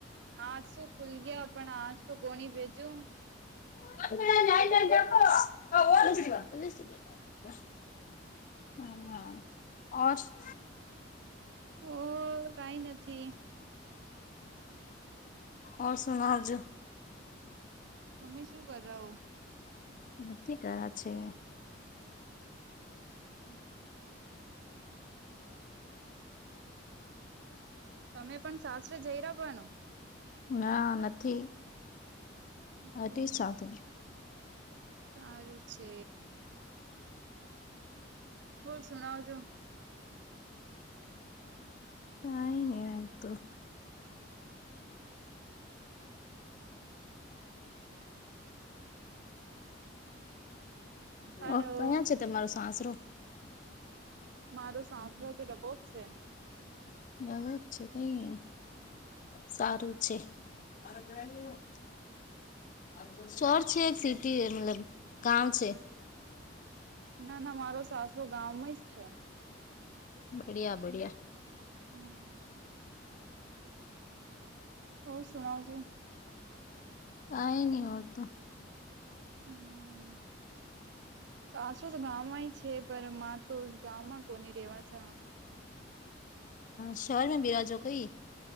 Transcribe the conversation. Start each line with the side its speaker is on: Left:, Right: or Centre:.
Right: આજ શું ખુલ ગયા પણ આજ તો કોણી ભેજુ.
Left: <unintelligible> <unintelligible>
Right: ઓ કઈ નથી.
Left: ઓ સુના હજુ.
Right: તમે શું કરાવ?
Left: નથી કરા છે.
Right: હમ્મ તમે પણ સાસરે જઈ રહોનો.
Left: ના નથી
Right: પણ
Left: હ સાથે.
Right: સારું છે. બોલ સુણાવજો.
Left: કઈ નહી તો.
Right: હલો
Left: ઓ તોયા છે તમારો સાસરો.
Right: મારો સાસરો જો તો ડબો જ છે.
Left: નવાક છે નઈ સારું છે. <unintelligible> શર છે એક સિટી મતલબ ગાવ છે.
Right: ના ના મારો સાસરો ગામમાં જ છે.
Left: બઢિયા બઢિયા
Right: હમ્મ. હો સુણવજો.
Left: કઈ નહી વાળતું.
Right: હમમ <unintelligible> સાચું જ ગામ સમય છે પણ, મા તો ગામમાં કોની રેવા જવાનું?
Left: શહેર મે બિરાજો કઈ?